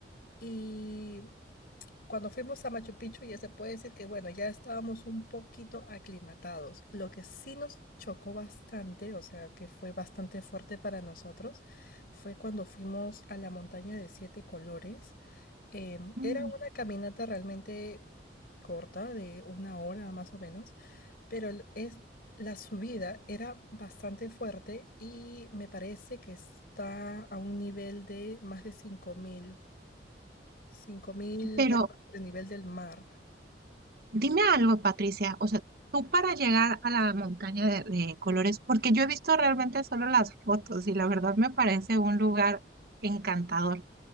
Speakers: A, on the left; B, on the right.
A: y Cuando fuimos a Machu Picchu, ya se puede decir que, bueno, ya estábamos un poquito aclimatados. Lo que sí nos chocó bastante, o sea, que fue bastante fuerte para nosotros, fue cuando fuimos a la montaña de siete colores. Em,
B: Mm,
A: era una caminata realmente corta, de una hora más o menos, pero el- es, la subida era bastante fuerte y me parece que está a un nivel de más de cinco mil 5.000
B: Pero,
A: metros sobre el nivel del mar.
B: Dime algo, Patricia, o sea, tú para llegar a la montaña de, de colores, porque yo he visto realmente solo las fotos y la verdad me parece un lugar encantador,